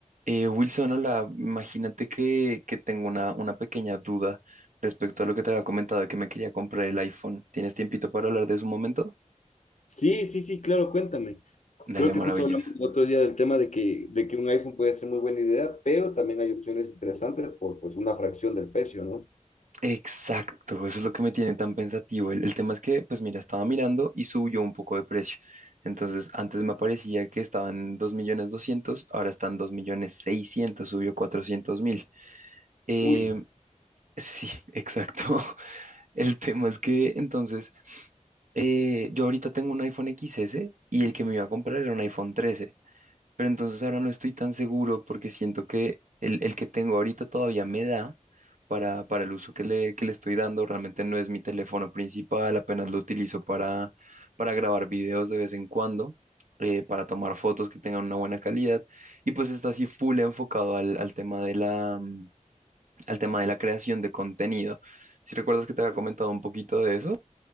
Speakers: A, on the right; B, on the left.
A: Eh, Wilson, hola, imagínate que, que tengo una, una pequeña duda respecto a lo que te había comentado de que me quería comprar el iPhone. ¿Tienes tiempito para hablar de eso un momento?
B: Sí, sí, sí, claro, cuéntame.
A: Dale,
B: Creo que
A: maravilloso.
B: justo hablamos el otro día del tema de que, de que un iPhone puede ser muy buena idea, pero también hay opciones interesantes por pues una fracción del precio, ¿no?
A: Exacto, eso es lo que me tiene tan pensativo. El, el tema es que, pues mira, estaba mirando y subió un poco de precio. Entonces, antes me aparecía que estaban dos en 2.200.000, ahora están 2.600.000, subió 400.000. Eh,
B: Uy,
A: sí, <laughs> exacto. El tema es que entonces eh, yo ahorita tengo un iPhone XS y el que me iba a comprar era un iPhone trece pero entonces ahora no estoy tan seguro porque siento que el, el que tengo ahorita todavía me da para, para el uso que le, que le estoy dando, realmente no es mi teléfono principal, apenas lo utilizo para, para grabar videos de vez en cuando, eh, para tomar fotos que tengan una buena calidad y pues está así full enfocado al, al tema de la, al tema de la creación de contenido. Si recuerdas que te había comentado un poquito de eso.